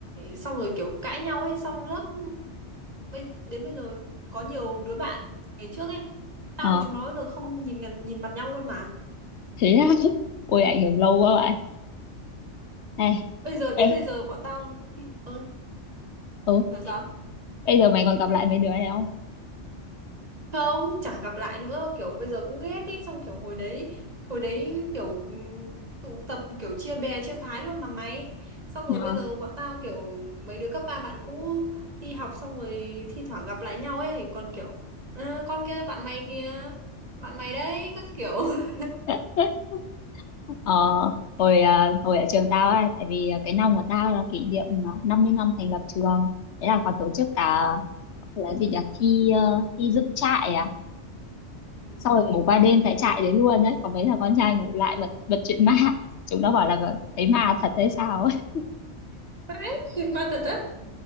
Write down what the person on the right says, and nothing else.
xong rồi kiểu cãi nhau ấy xong lớp bây đến bây giờ có nhiều đứa bạn ngày trước ấy tao
với chúng nó bây giờ không nhìn ngần- nhìn mặt nhau luôn mà
bây giờ đến
bây giờ bọn tao thì ơi
làm sao
không chẳng gặp lại nữa kiểu bây giờ cũng ghét ý xong kiểu hồi đấy hồi đấy kiểu ừm, tụ tập kiểu chia bè chia phái luôn mà mày xong rồi
bây giờ bọn tao kiểu mấy đứa cấp ba bạn cũ đi học xong rồi thi thoảng gặp lại nhau ấy còn kiểu "Ơ, con kia bạn mày kia bạn mày đấy các kiểu <laughs>
Ừ.
đấy thì ma thật á